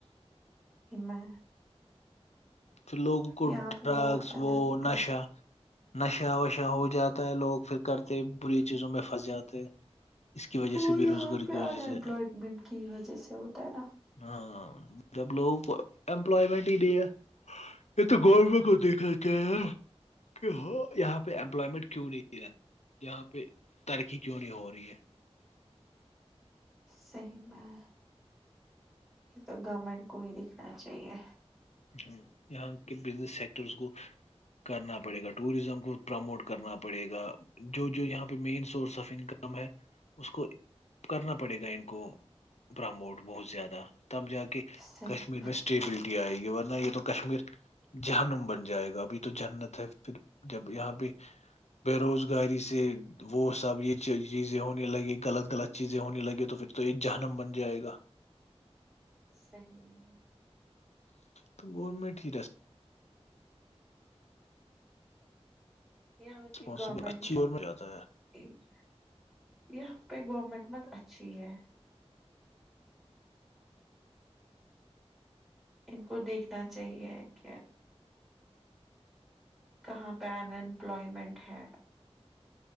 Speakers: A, in the centre; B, on the left.
A: مہ
B: پھر لوگوں کو
A: یہاں پہ
B: ڈرگس
A: بہت ان
B: وہ
A: امپلائڈ
B: نشہ نشہ وشا ہو جاتا ہے لوگ پھر کرتے بری چیزوں میں پھنس جاتے اس کی وجہ
A: وہ
B: سے بے
A: یہاں
B: روزگاری
A: پہ
B: کی وجہ
A: انیمپلویمنٹ
B: سے
A: کی وجہ سے ہوتا ہے نا
B: ہاں جب لوگ امپلائمینٹ ہی نہیں ہے یہ تو گورنمنٹ کو دیکھنا چاہیے نہ کی ہاں یہاں پہ امپلائمینٹ کیوں نہیں ہے نشہ وشا ہو جاتا ہے لوگ پھر کرتے بری چیزوں میں پھنس جاتے
A: صحیح میں یہ تو گورنمنٹ کو ہی دکھنا چاہیے
B: ہو یہاں کے بزنس سیکٹرس کو کرنا پڑے گا ٹوریزم کو پرا موڈ کرنا پڑے گا جو جو یہاں پہ مین سورس آف انکم ہے اس کو کرنا پڑے گا ان کو پراموٹ بہت زیادہ تب جا کے
A: صحیح
B: کشمیر میں اسٹیبلٹی آئے گی بٹ نہیں تو کشمیر جہنم بن جائے گا ابھی تو جنت ہے پھر جب یہاں پہ بے روزگاری سے وہ سب یہ چیزیں ہونے لگی غلط غلط چیزیں ہونے لگی تو پھر تو یہ جہنم بن جائے گا
A: صحیح میں
B: تو گورمنٹ ہی رہ س
A: یہاں
B: ریسپانسبل
A: کی گورنمنٹ
B: اچھی جاتا ہے
A: <unintelligible> یہاں پہ گورمنٹ مت اچھی ہے ان کو دیکھنا چاہیے کیا کہاں پہ انمپلائمینٹ ہے